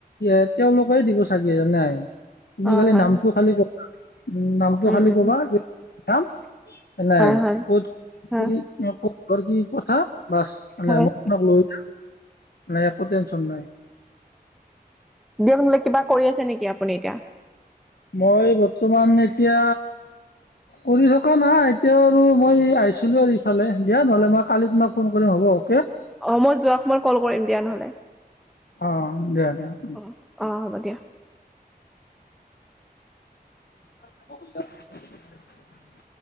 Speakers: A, on the left; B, in the centre.
A: এতেওঁলোকে দিব চাগে এজানাই তুমি
B: অ
A: খালি
B: হয়
A: নামটো
B: হয়
A: খালি উম নামটো
B: উম
A: খালি
B: উম
A: ক'বা
B: উম
A: কত কাম নাই
B: হয় হয়
A: ক'ত কত
B: হয়
A: কি কি আগৰ কি কথা বাছ মানে
B: হয়
A: মই তোমাক লৈ যোৱা নাই একো টেনচন নাই
B: বিয়াখলে কিবা কৰি আছে নেকি আপুনি এতিয়া
A: মই বৰ্তমান এতিয়া কৰি থকা নাই এতিয়া আৰু মই পাইছিলো আৰু ইফালে দিয়া নহ'লে মই কালি তোমাক ফোন কৰিম হ'ব অ'কে
B: অ মই যোৱা সময়ত কল কৰিম দিয়া নহলে
A: অ দিয়া দিয়া
B: অ অ হ'ব দিয়া
A: <unintelligible>